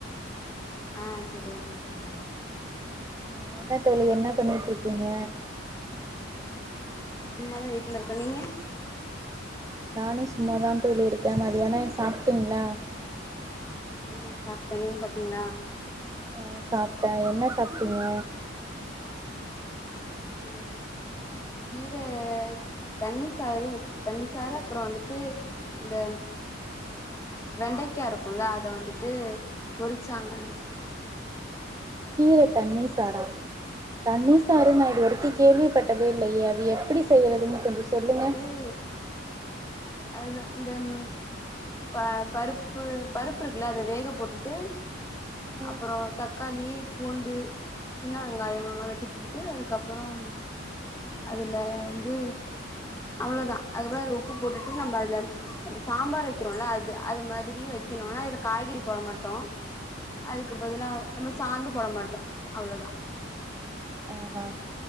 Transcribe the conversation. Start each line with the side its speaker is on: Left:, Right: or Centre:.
Left: ஆ சரி ஓகே தோழி
Right: அ என்ன தோழி என்ன பண்ணிட்ருக்கீங்க
Left: சும்மாதா வீட்ல இருக்க நீங்க
Right: நானும் சும்மாதா தோழி இருக்க மதியான சாப்ட்டீங்களா
Left: ம் சாப்ட்ட நீங்க சாப்டிங்களா
Right: ஆ சாப்ட்ட என்ன சாப்ட்டீங்க
Left: ம் கீர தண்ணி சாறு அ தண்ணி சாறு அப்றோ வந்துட்டு இந்த வெண்டைக்கா இருக்குல்ல அத வந்துட்டு பொரிச்சாங்க
Right: கீரை தண்ணி சாறா தண்ணிசாறு நா இது வரைக்கு கேள்விப்பட்டதே இல்லையே அது எப்படி செய்றதுன்னு கொஞ்சோ சொல்லுங்க
Left: இது அது இந்த ம் ப பருப்பு பருப் சுப்பு இருக்குல்ல அத வேக போட்டுட்டு அப்பறோ
Right: ம்
Left: தக்காளி பூண்டு சின்ன வெங்காயம் வெட்டிபுட்டு அதுக்கப்புறம் அதுல வந்து அவ்வளவுதா அது பார் உப்பு போட்டுட்டு நம்ம அத சாம்பார் வைக்கறோம்ல்ல அது அது மாதிரியே வைக்கணும் ஆனா இதுல காய்கறி போட மாட்டோ அதுக்கு பதிலா நம்ம சாந்து போட மாட்டோ அவ்ளோதா
Right: ஆ அ